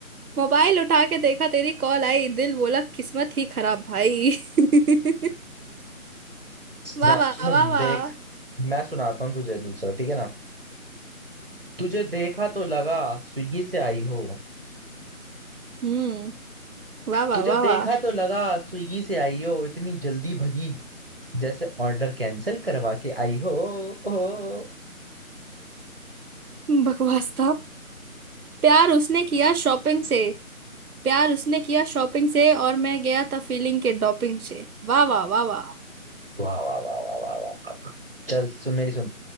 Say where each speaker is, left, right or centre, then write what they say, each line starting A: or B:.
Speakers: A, on the right; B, on the right.
A: मोबाइल उठा के देखा तेरी कॉल आई दिल बोला किस्मत ही खराब भाई <laughs> वाह
B: ना-
A: वाह
B: <clears throat>
A: वाह वाह
B: देख मैं सुनाता हूँ तुझे दूसरा ठीक है ना तुझे देखा तो लगा स्विगी से आई हो
A: हम्म वाह वाह
B: तुझे
A: वाह
B: देखा
A: वाह
B: तो लगा स्विगी से आई हो इतनी जल्दी भगी जैसे ऑर्डर कैंसिल करवा के आई हो ओ,
A: बकवास था प्यार उसने किया शॉपिंग से प्यार उसने किया शॉपिंग से और मैं गया था फीलिंग के डॉपिंग से वाह वाह वाह वाह
B: वाह वाह वाह वाह वाह वाह वाह। चल सुन मेरी सुन